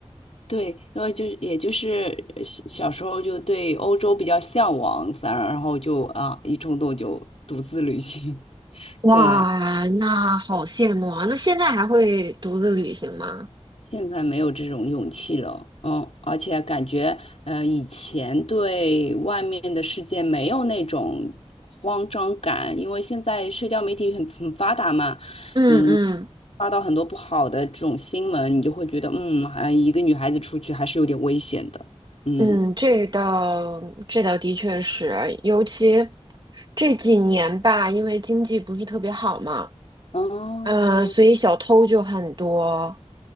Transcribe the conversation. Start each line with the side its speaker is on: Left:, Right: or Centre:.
Left: 对，因为就是也就是呃小小时候就对欧洲比较向往，然然后就啊一冲动就独自旅行。<laughs>
Right: 哇，
Left: 对，
Right: 那好羡慕啊！那现在还会独自旅行吗？
Left: 现在没有这种勇气了，嗯，而且感觉呃以前对外面的世界没有那种慌张感，因为现在社交媒体很很发达嘛，
Right: 嗯嗯
Left: 嗯。发到很多不好的这种新闻，你就会觉得，嗯，好像一个女孩子出去还是有点危险的，嗯。
Right: 嗯，这倒这倒的确是，尤其这几年吧，因为经济不是特别好嘛，
Left: 哦，
Right: 嗯，所以小偷就很多。